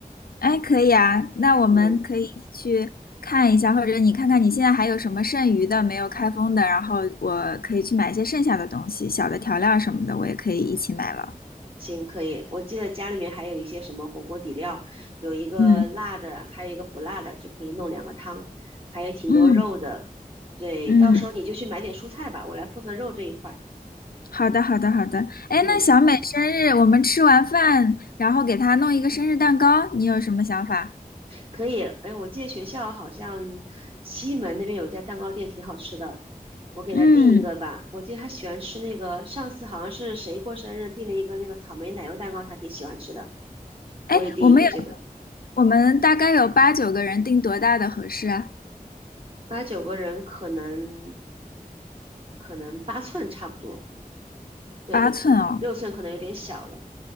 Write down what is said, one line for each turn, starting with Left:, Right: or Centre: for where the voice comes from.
Left: 哎，可以啊。那我们可以一起去看一下，
Right: 嗯，
Left: 或者你看看你现在还有什么剩余的没有开封的，然后我可以去买一些剩下的东西，小的调料什么的，我也可以一起买了。
Right: 行，可以。我记得家里面还有一些什么火锅底料，有一个辣的，
Left: 嗯
Right: 还有一个不辣的，就可以弄两个汤，还有挺多肉的。
Left: 嗯
Right: 对，
Left: 嗯。
Right: 到时候你就去买点蔬菜吧，我来负责肉这一块儿。
Left: 好的，好的，好的。哎，
Right: 嗯，
Left: 那小美生日，我们吃完饭，然后给她弄一个生日蛋糕，你有什么想法？
Right: 可以，哎，我记得学校好像西门那边有一家蛋糕店挺好吃的，我给他订一个吧。
Left: 嗯，
Right: 我记得他喜欢吃那个，上次好像是谁过生日订了一个那个草莓奶油蛋糕，他挺喜欢吃的，
Left: 哎，
Right: 我也订一个这个。
Left: 我们有，我们大概有八九个人，定多大的合适啊？
Right: 八九个人可能可能八寸差不多，对，
Left: 八寸哦。
Right: 六寸可六寸可能有点小了，